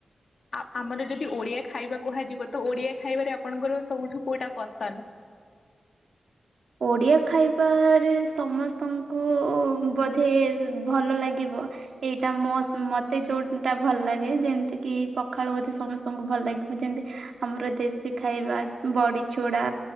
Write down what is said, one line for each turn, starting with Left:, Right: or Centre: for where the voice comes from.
Left: ଆ ଆମର ଯଦି ଓଡିଆ ଖାଇବା କୁହାଯିବ ତ ଓଡିଆ ଖାଇବାରେ ଆପଣଙ୍କର ସବୁଠୁ କୁଉଟା ପସନ୍ଦ?
Right: ଓଡିଆ ଖାଇବାରେ ସମସ୍ତଙ୍କୁ ବୋଧେ ଭଲ ଲାଗିବ ଏଇଟା ମୋ ମତେ ଯୋଉ ଟା ଭଲ ଲାଗେ ଯେମିତି କି ପଖାଳୁ ବୋଧେ ସମସ୍ତଙ୍କୁ ଭଲ ଲାଗିବ ଯେତି ଆମର ଦେଶୀ ଖାଇବା ବଡି ଚୋଡା